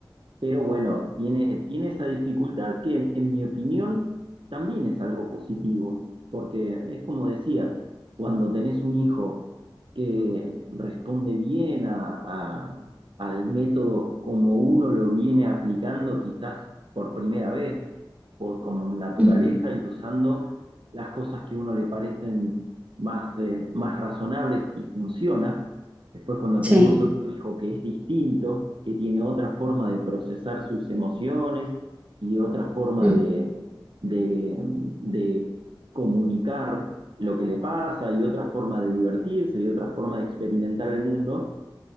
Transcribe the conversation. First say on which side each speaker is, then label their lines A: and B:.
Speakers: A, on the right; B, on the right.
A: pero bueno, tiene, tiene esa dificultad que, en mi opinión, también es algo positivo, porque es como decías, cuando tenés un hijo que responde bien a, a- al método como uno lo viene aplicando quizás por primera vez, por como naturaleza
B: Ujú,
A: y usando las cosas que a uno le parecen más, eh, más razonables y funciona Después, cuando
B: Sí,
A: tenemos otro hijo que es distinto, que tiene otra forma de procesar sus emociones y otra forma
B: ujú,
A: de, de, de comunicar lo que le pasa y otra forma de divertirse y otra forma de experimentar el mundo,